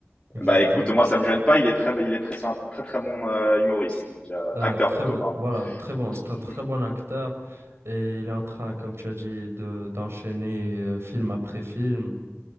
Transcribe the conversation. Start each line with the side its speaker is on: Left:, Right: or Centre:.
Right: Exactement.
Left: bah, écoute, moi, ça me gêne pas. Il est très, il est très, c'est un très, très bon euh, humoriste, donc euh,
Right: Ah,
Left: acteur
Right: très,
Left: plutôt, pardon.
Right: voilà, très bon.
Left: Donc,
Right: C'est un très
Left: <laughs>
Right: bon acteur. Et il est en train, comme tu as dit, de, d'enchaîner euh, film après film.